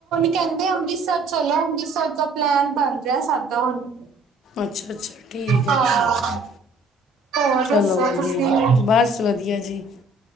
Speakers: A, on the right; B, on the left.
A: ਕਹਿੰਦੇ ਅੰਮ੍ਰਿਤਸਰ ਚਲੋ, ਅੰਮ੍ਰਿਤਸਰ ਦਾ ਪਲੈਨ ਬਣ ਰਿਹਾ ਸਾਡਾ ਹੁਣ।
B: ਅੱਛਾ ਅੱਛਾ ਠੀਕ ਹੈ
A: ਹਾਂ
B: ਠੀਕ ਹੈ
A: ਹੋਰ
B: ਚਲੋ
A: ਦੱਸੋ
B: ਵਧੀਆ
A: ਤੁਸੀਂ?
B: ਬਸ ਵਧੀਆ ਜੀ।